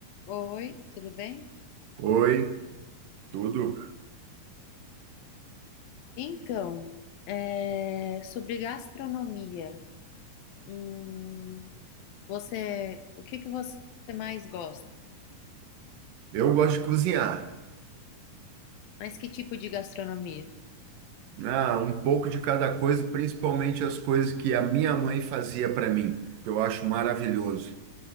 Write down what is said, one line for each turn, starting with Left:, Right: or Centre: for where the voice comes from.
Left: Oi, tudo bem?
Right: Oi, tudo.
Left: Então, é, sobre gastronomia, hum, você, o que que você mais gosta?
Right: Eu gosto de cozinhar.
Left: Mas que tipo de gastronomia?
Right: Ah, um pouco de cada coisa, principalmente as coisas que a minha mãe fazia para mim, que eu acho maravilhoso.